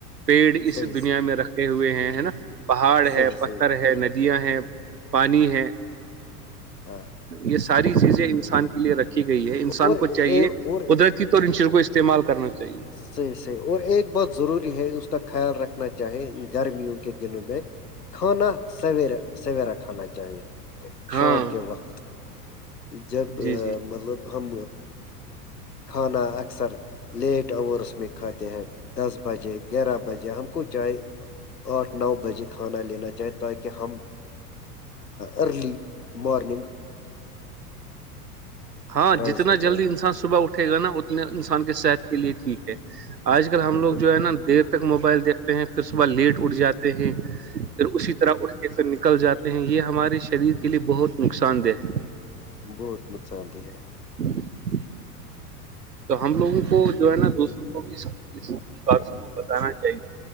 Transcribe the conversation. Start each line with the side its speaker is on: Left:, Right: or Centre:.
Right: پیڑ اس
Left: صحیح
Right: دنیا میں رکھے ہوئے ہیں ہے نا پہاڑ
Left: صحیح
Right: ہے پتھر
Left: صحیح
Right: ہے ندیاں ہیں پانی ہے
Left: ہاں
Right: یہ ساری چیزیں انسان کے لیے رکھی گئی ہے انسان
Left: اور
Right: کو
Left: اور
Right: چاہیے قدرتی طور ان ش کو استعمال کرنا چاہیے
Left: صحیحیح اور ایک بات ضروری ہے اس کا خیال رکھنا چاہے گرمیوں کے دنوں میں کھانا سویرے سویرا کھانا چاہیے
Right: ہاں
Left: شام کے وقت جب
Right: جی جی
Left: مطلب ہم کھانا اکثر لیٹ اورس میں کھاتے ہیں دس بجے گیارہ بجے ہم کو چاہے آٹھ نو بجے کھانا لینا چاہیں تاکہ ہم ارلی مارننگ
Right: ہاں
Left: رائز
Right: جتنا
Left: ہو
Right: جلدی
Left: جائے
Right: انسان صبح اٹھے گا نا اتنے انسان کے صحت کے لیے ٹھیک ہے آج کل ہم
Left: بالکل
Right: لوگ جو ہے نا دیر تک موبائل دیکھتے ہیں پھر صبح لیٹ اٹھ جاتے ہیں پھر اسی طرح اٹھ کے پھر نکل جاتے ہیں یہ ہمارے شریر کے لیے بہت نقصان دہ ہے
Left: بہت نقصان دہ ہے
Right: جی تو ہم لوگوں کو جو ہے نا دوسروں کو اس بات کو بتانا چاہیے